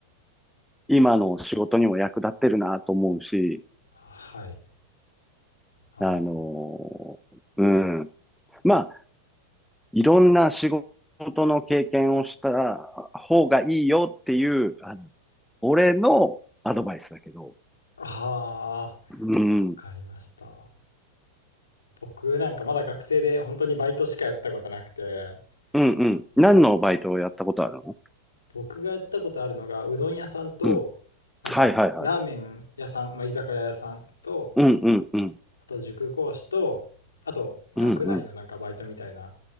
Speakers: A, in the centre; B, on the left.
A: 今の仕事にも役立ってるなと思うし、
B: はい。ああ。
A: あの、うん。まあ、いろんな仕事の経験をした方がいいよっていう、あの、俺のアドバイスだけど、
B: ああ、わ
A: うん、うん、
B: かりました。僕なんかまだ学生で本当にバイトしかやったことなくて、
A: うん。何のバイトをやったことあるの
B: そう僕がやったことあるのがうどん屋さんと、
A: うん。
B: なんかラーメン屋さん、
A: はいはいはい。
B: まあ、居酒屋屋さんと、
A: うん、うん、うん、
B: あと塾講師と、あと学内のなんかバイトみたいな、
A: うん、うん。